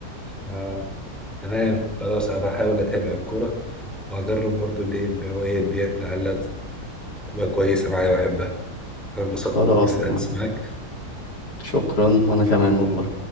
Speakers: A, in the centre; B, on the left (about 80°).
A: آه، تمام خلاص انا بحاول اتابع الكوره وهجرب برضو اللي هي الهوايات ديت لعلها تبقى كويسه معايا واحبها انا انبسطت
B: خلاص
A: بالحديث
B: يعني
A: معاك
B: شكرا وأنا كمان والله